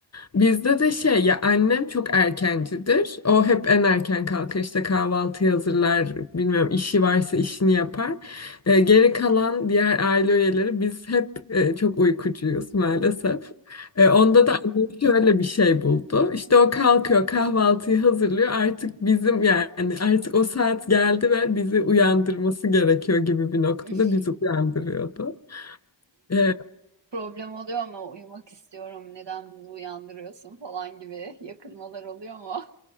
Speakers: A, on the left (about 35°); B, on the right (about 65°).
A: Bizde de şey ya annem çok erkencidir. O hep en erken kalkar işte kahvaltı hazırlar bilmiyorum işi varsa işini yapar. Ee, geri kalan diğer aile üyeleri biz hep e, çok uykucuyuz maalesef. Ee, onda da annem şöyle bir şey buldu. İşte o kalkıyor kahvaltıyı hazırlıyor artık bizim yani artık o saat geldi ve bizi uyandırması gerekiyor gibi bir noktada
B: <laughs>
A: bizi uyandırıyordu. Ee,
B: Problem oluyor ama uyumak istiyorum. Neden bizi uyandırıyorsun falan gibi yakınmalar oluyor mu?